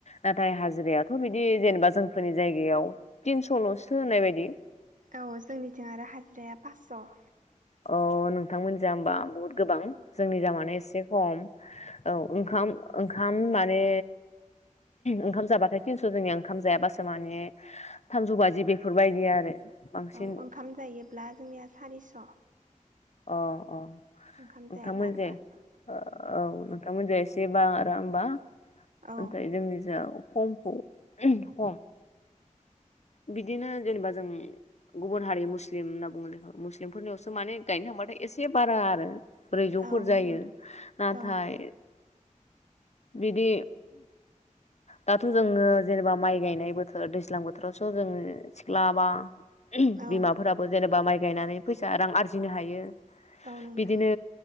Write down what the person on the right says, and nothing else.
औ जोंनिथिं आरो हाजिराया पासस'
औ ओंखाम जायोब्ला जोंनिया सारिस'
ओंखाम
जायाबा आरो
पासस'
औ
औ
नोंथां
औ
औ
औ नोंथां